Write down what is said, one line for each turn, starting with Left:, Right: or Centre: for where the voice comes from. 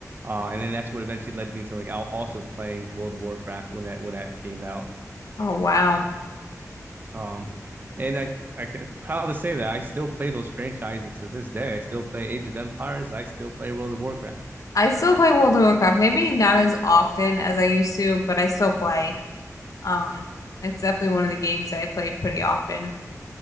Right: Uh, and then that's what eventually led me into like al- also playing World of Warcraft when that when that came out.
Left: Oh, wow.
Right: Um, and I I'm proud to say that I still play those franchises to this day. I still play Age of Empires. I still play World of Warcraft.
Left: I still play World of Warcraft, maybe not as often as I used to, but I still play. Um, it's definitely one of the games that I play pretty often.